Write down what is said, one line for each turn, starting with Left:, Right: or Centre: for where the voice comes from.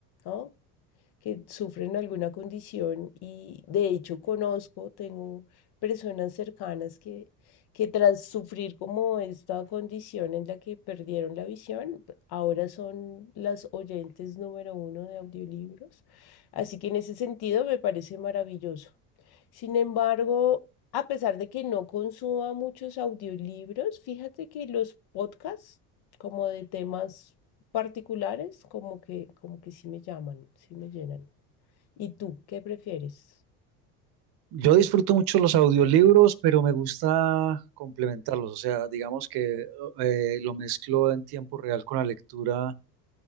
Left: ¿no? que sufren alguna condición y de hecho conozco, tengo personas cercanas que, que tras sufrir como esta condición en la que perdieron la visión, ahora son las oyentes número uno de audiolibros. Así que en ese sentido me parece maravilloso. Sin embargo, a pesar de que no consuma muchos audiolibros, fíjate que los podcasts como de temas particulares, como que, como que sí me llaman, sí me llenan. ¿Y tú qué prefieres?
Right: yo disfruto mucho los audiolibros, pero me gusta complementarlos, o sea, digamos que eh, lo mezclo en tiempo real con la lectura